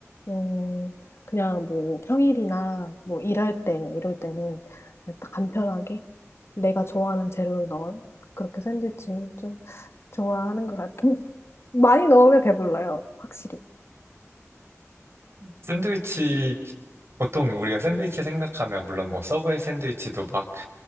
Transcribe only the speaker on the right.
샌드위치 보통 우리가 샌드위치 생각하면 물론 뭐 서브웨이 샌드위치도 막